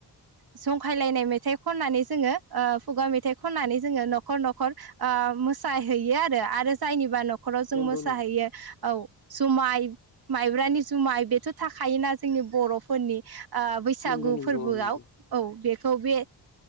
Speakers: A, on the right; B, on the left.
A: जंखायलायनाय मेथाइ खननानै जोङो खुगा मेथाइ खननानै जोङो न'खर न'खर अ मोसा हैयो आरो जायनिबा न'खराव जों
B: नंगौ
A: मोसाहैयो
B: नंगौ
A: औ जुमाय माइब्रानि जुमाय बेथ' थाखायोना जोंनि बर'फोरनि बैसागु
B: नंगौ नंगौ
A: फोरबोआव
B: औ नंगौ
A: औ बे बे